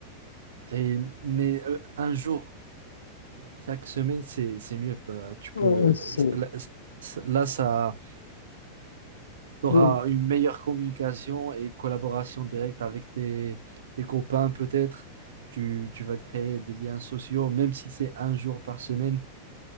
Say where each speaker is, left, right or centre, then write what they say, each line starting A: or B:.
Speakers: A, on the right (about 60°); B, on the left (about 70°).
A: et, mais euh, un jour, chaque semaine, c'est, c'est mieux. euh, Tu
B: Ouais,
A: peux,
B: c'est-
A: euh, là, là, ça, t'auras
B: oui.
A: une meilleure communication et collaboration directe avec tes, tes copains, peut-être. Tu, tu vas créer des liens sociaux, même si c'est un jour par semaine.